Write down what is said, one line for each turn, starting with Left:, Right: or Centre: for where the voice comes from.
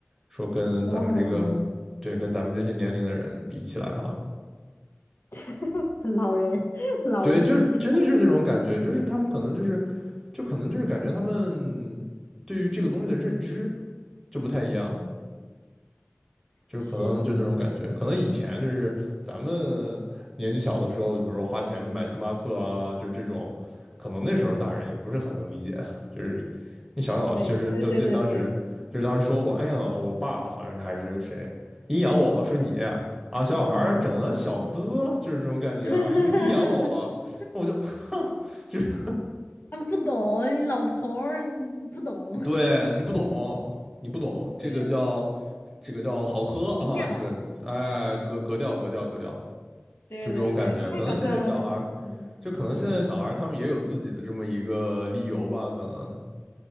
Centre: 说跟咱们这个，
Left: 有可能，
Centre: 对，跟咱们这些年龄的人比起来哈，
Left: <laughs> 老人 <laughs> 老人比起
Centre: 对，就是真的就是那种感觉，就是他们可能就是，就可能就是感觉他们对于这个东西的认知就不太一样，
Left: 嗯，
Centre: 就是可能就那种感觉，
Left: 是的，
Centre: 可能以前就是咱们年纪小的时候，比如说花钱去买星巴克啊，就是这种，可能那时候大人也不是很能理解，就是那小小就是，
Left: 对对对对对，
Centre: 我记得当时就是当时说我，哎呀，我爸好像还是谁阴阳我说你啊，小小孩儿整了小资，
Left: 嗯。
Centre: 就是这种感觉啊，
Left: <laughs>
Centre: 阴阴阳我，我就就是
Left: 他们不懂，你老头儿你不懂，
Centre: 对你不懂，你不懂，这个叫
Left: 对，
Centre: 这个叫好喝啊，
Left: 情调，
Centre: 这个哎格格调格调格调，
Left: 对对对，
Centre: 就这种感觉。
Left: 这太搞笑了，
Centre: 可能现在小孩儿，
Left: 真的是，
Centre: 就可能现在小孩儿他们也有自己的这么一个理由吧，
Left: 嗯，
Centre: 可能